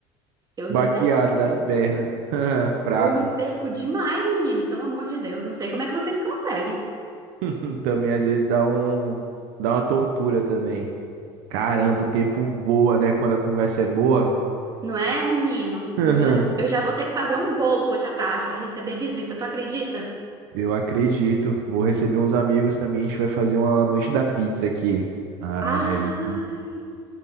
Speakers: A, on the right (about 30°); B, on the right (about 75°).
A: Eu
B: baqueado
A: me perco.
B: das pernas, <laughs> fraco.
A: Eu me perco demais, menino, pelo amor de Deus. Não sei como é que vocês conseguem.
B: <laughs> Também às vezes dá um, dá uma tontura também. Caramba, o tempo voa, né? Quando a conversa é boa.
A: Não é, menino?
B: Aham.
A: Eu já, eu já vou ter que fazer um bolo hoje à tarde para receber visita, tu acredita?
B: Eu acredito. Vou receber uns amigos também. A gente vai fazer uma noite da pizza aqui. Aí,
A: Ai,